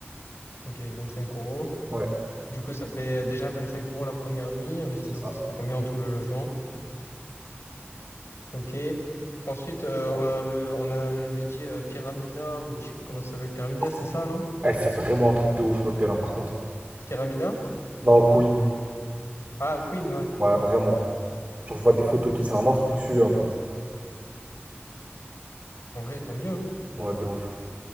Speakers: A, on the left (about 80°); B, on the right (about 40°).
A: Ok, 25 euros.
B: Ouais,
A: Du coup, ça fait déjà 25 euros la première nuit. On essaie
B: c'est
A: de
B: ça.
A: voir ça fait combien en tout le logement. Ok. Ensuite, euh, euh, le, on avait dit euh, Pyramida, ou je sais plus comment ça s'appelle, Pyramida,
B: Ah, c'est
A: c'est ça, non?
B: eh, c'est vraiment un truc de ouf l'hôtel, hein, par contre.
A: Pyramida?
B: Non, Queen.
A: Ah, Queen, ouais.
B: Ouais, vraiment. Genre, je vois des photos et tout, c'est vraiment un truc luxueux en fait.
A: En vrai, tant mieux, hein.
B: Ouais, de ouf.